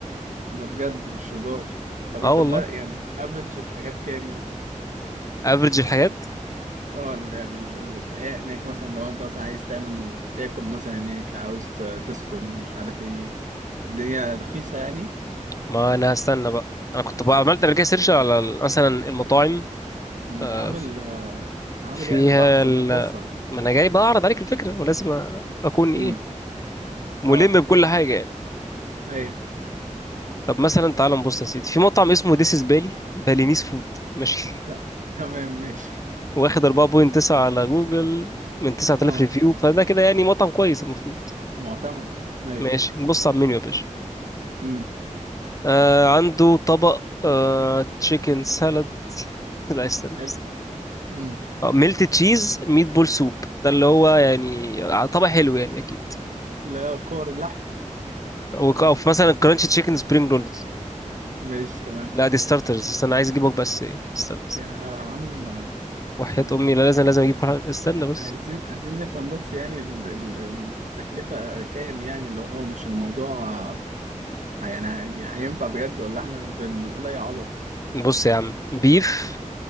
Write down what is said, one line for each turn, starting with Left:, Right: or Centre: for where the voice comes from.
Right: ده بجد مش هزار طب
Left: اه
Right: انت
Left: والله
Right: بقى يعني افريج الحاجات كام يعني
Left: افريج الحاجات
Right: اه ال- يعني ال- الحياة هناك مثلا لو انت مثلا عايز تعمل تاكل مثلا هناك عاوز تسكن مش عارف ايه الدنيا رخيصة يعني
Left: ما انا هستنى بقى انا كنت بقى عملت قبل كده سيرش على ال- مثلا المطاعم
Right: ده
Left: آه،
Right: انت عامل
Left: ف-
Right: عامل
Left: فيها
Right: يعني بحث
Left: ال...
Right: مفصل
Left: ما انا جاي بقى اعرض عليك الفكره ولازم أ- اكون
Right: امم
Left: ايه ملم
Right: اه
Left: بكل حاجه يعني
Right: ايوه
Left: طب مثلا تعال نبص يا سيدي في مطعم اسمه ديس از بالي بالينيس فود ماشي
Right: ت- تمام ماشي
Left: <laughs> واخد 4.9 على جوجل من 9000
Right: اه
Left: ريفيو فده كده يعني مطعم كويس المفروض
Right: معتمد ايوه
Left: ماشي نبص على المنيو يا باشا
Right: امم
Left: آه عنده طبق آه تشيكن سالاد <laughs> لا استنى
Right: حلو امم
Left: آه، ميلت تشيز ميت بول سوب ده اللي هو يعني آه، طبع حلو يعني اكيد
Right: لا كور اللحم
Left: وك- او في مثلا كرانشي تشيكن سبرينج رولز
Right: ماشي تمام
Left: لا دي ستارترز استنى عايز اجيبك بس إيه. استنى بس.
Right: يا عم ما
Left: وحياة
Right: ما
Left: امي لا لازم لازم
Right: قول-
Left: اجيب واحد- استنى بس
Right: عايزين عايزين نفهم بس يعني ال- ال- التكلفة كام يعني اللي هو مش الموضوع آه، يعني هي- هينفع بجد ولا احنا بن- بنقول اي عبط
Left: بص يا عم بيف